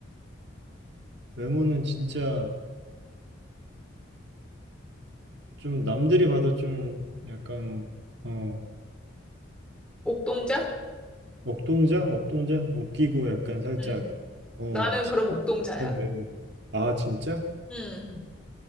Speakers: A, on the right; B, in the centre.
A: 외모는 진짜, 좀 남들이 봐도 좀 약간 어
B: 옥동자?
A: 억동자 억동자 웃기고 약간 살짝
B: 음.
A: 어
B: 나는
A: 진짜
B: 그럼 옥동자야.
A: 외모도 아 진짜
B: 음.